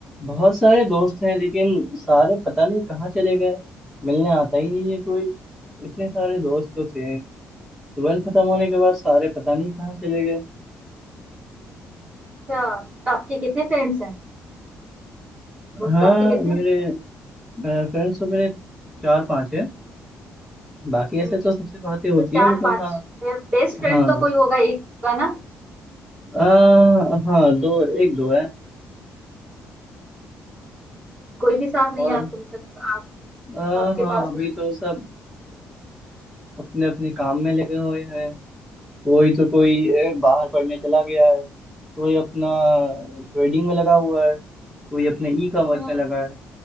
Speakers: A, in the centre; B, on the right.
A: बहुत सारे दोस्त हैं लेकिन सारे पता नहीं कहाँ चले गए मिलने आता ही नहीं है कोई इतने सारे दोस्त तो थे ट्वेल्थ खत्म होने के बाद सारे पता नहीं कहाँ चले गए
B: अच्छा तो आपके कितने फ्रेंड्स हैं दोस्त
A: हाँ
B: आपके कितने
A: मेरे
B: हैं
A: फ्रेंड्स तो मेरे चार पांच हैं बाकी ऐसे
B: हम्म
A: तो सबसे बातें होती
B: तो चार
A: है लेकिन
B: पांच
A: हाँ
B: बेस्ट फ्रेंड
A: हाँ
B: तो कोई होगा एक होगा ना
A: आ, हाँ दो एक दो है
B: कोई भी साथ नहीं
A: और
B: है आपको मतलब आप
A: आ,
B: आपके
A: हाँ
B: पास
A: अभी
B: नहीं
A: तो सब अपने अपने काम में लगे हुए हैं कोई तो कोई ए, बाहर पढ़ने चला गया है कोई अपना ट्रेडिंग में लगा हुआ है कोई अपने ई कॉमर्स
B: है। हम्म
A: में लगा है